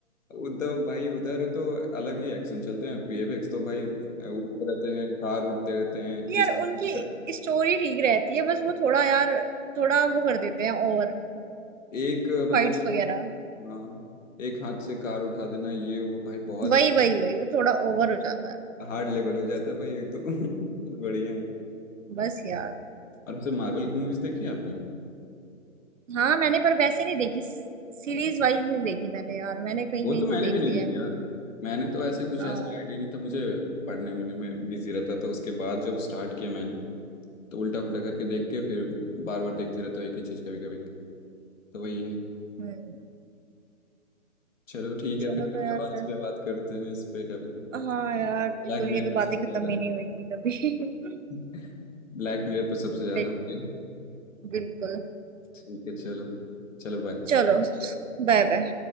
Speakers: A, on the left; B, on the right.
A: उद्धव भाई उधर तो अलग ही एक्शन चलते हैं वीएफएक्स तो भाई उड़ते रहते हैं कार उड़ते रहते हैं
B: यार
A: इंसान
B: उनकी
A: करते हैं।
B: स्टोरी ठीक रहती है बस वो थोड़ा यार थोड़ा वो कर देते हैं ओवर
A: एक मतलब
B: फाइट्स वगैरह
A: हाँ एक हाथ से कार उठा देना ये वो भाई बहुत
B: वही वही वही वो थोड़ा ओवर हो जाता है
A: हार्ड लेवल हो जाता है भाई ये तो <laughs> बढ़िया
B: बस यार
A: और उससे मार्वल की मूवीज देखी है आपने
B: हाँ मैंने पर वैसे नहीं देखी सीरीज वाइज नहीं देखी मैंने यार मैंने कहीं
A: वो
B: कहीं
A: तो मैंने
B: से देख
A: भी नहीं
B: ली
A: देखी
B: है
A: यार मैंने तो ऐसे कुछ
B: हाँ
A: ऐसा आइडिया नहीं था मुझे पढ़ने में, में बिजी रहता था उसके बाद जब स्टार्ट किया मैंने तो उल्टा फुल्टा करके देख के फिर बार बार देखते रहता हूँ एक ही चीज कभी कभी तो वही है
B: हम्म
A: चलो ठीक
B: चलो
A: है फिर कभी
B: तो यार
A: और
B: फिर
A: इस पे बात करते हैं इस पे कभी
B: हाँ यार बिल्कुल
A: ब्लैक
B: ये
A: मिरर
B: तो
A: पे
B: बातें
A: सबसे
B: खत्म
A: ज्यादा
B: ही नहीं होंगी कभी <laughs>
A: <laughs> ब्लैक मिरर पे सबसे ज्यादा
B: देख
A: होते हैं।
B: बिल्कुल
A: ठीक है चलो चलो बाय
B: चलो Bye bye